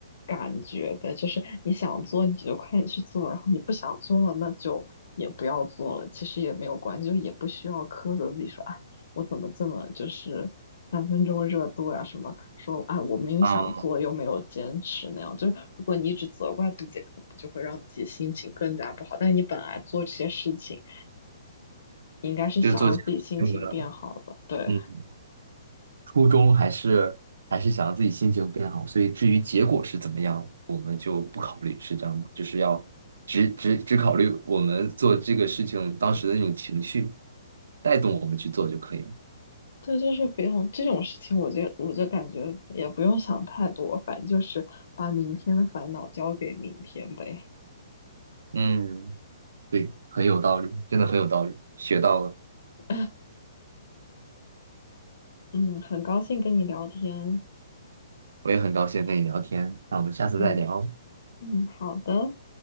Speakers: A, on the left (about 60°); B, on the right (about 80°).
A: 感觉呗。就是你想做，你就快点去做；然后你不想做了，那就也不要做了。其实也没有关系，就也不需要苛责自己说。啊我怎么这么就是三分钟热度呀、什么说哎，我明明想做又没有坚持那样。
B: 啊，
A: 就是如果你一直责怪自己，可能就会让自己心情更加不好。但是你本来做这些事情，你应该是想让自己心情变好的。
B: 就是做这种的。
A: 对
B: 嗯初衷还是还是想让自己心情变好，所以至于结果是怎么样，我们就不考虑，是这样吗？就是要只只只考虑我们做这个事情当时的那种情绪，带动我们去做就可以了。
A: 对，就是不用这种事情，我就我就感觉也不用想太多，反正就是把明天的烦恼交给明天呗。
B: 嗯，对，很有道理，真的很有道理，学到了，
A: <laughs> 嗯，很高兴跟你聊天。
B: 我也很高兴跟你聊天，那我们下次再聊，
A: 嗯嗯，好的。